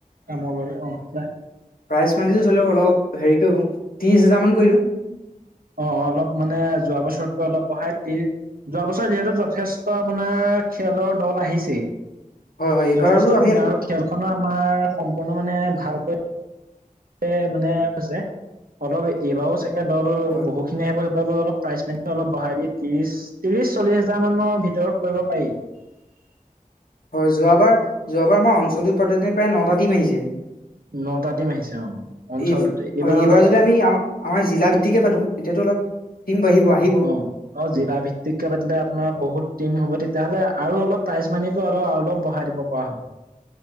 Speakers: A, on the right (about 85°); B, on the left (about 85°).
A: কামৰ বাবে অ' <unintelligible>
B: প্ৰাইজমানিটো ধৰিলওক অলপ হেৰি কৰো, ত্ৰিশ হাজাৰ মান কৰি দিওঁ।
A: অ' অলপ মানে যোৱা বছৰতকৈ অলপ বঢ়াই দি যোৱা বছৰ যিহেতু যথেষ্ট আপোনাৰ খেলৰ দল আহিছেই
B: হয় হয় এইবাৰো
A: যথেষ্টখিনি
B: আমি
A: আৰু খেলখনো আমাৰ সম্পূৰ্ণ মানে ভালকৈ এ মানে <unintelligible> অলপ এইবাৰো চাগে এ দল
B: হয়
A: বহুখিনি আহিব সেইফালেও অলপ প্ৰাইজমানিটো অলপ বঢ়াই দি ত্ৰিশ, ত্ৰিশ চলিছ <unintelligible> মানৰ ভিতৰত কৰিব পাৰি।
B: হয় যোৱাবাৰ, যোৱাবাৰ আমাৰ অঞ্চলটোত প্ৰায় নটা টিম আহিছে।
A: নটা টীম আহিছে অ' অঞ্চলটোতে।
B: এই
A: এইবাৰ
B: হয়
A: অলপ
B: যদি আমি আমাৰ জিলা ভিত্তিকে পাটো তেতিয়াতো অলপ টীম বাঢ়িব, আহিব
A: অ অ' জিলাভিত্তিকে পাতিলে আপোনাৰ বহুত টিম হ'ব। তেতিয়াহ'লে আৰু অলপ প্ৰাইজ মানিটো অলপ অলপ বঢ়াই দিব পৰা হ'ব।